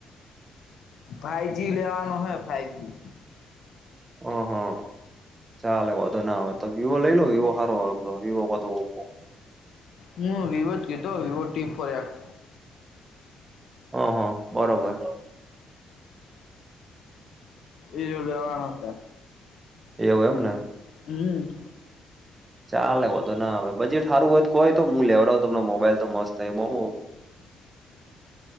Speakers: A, on the left; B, on the right.
A: ફાઈવજી લેવાનો હે ફાઈવજી
B: હ હ ચાલે વોધો ના આ વિવો લઈ લો વિવો હારો એમ વિવો ક ઓપો.
A: હમ વિવો જ કીધો વિવો ટી ફોર-
B: હ હા બરોબર
A: એ જો લેવાનું હતા
B: એવું એમને
A: હમ
B: ચાલે વધુ ના આવે બજેટ સારું હોય તો કોય તો હું લેવડાવ તમ મોબાઈલ તો મત થાય હું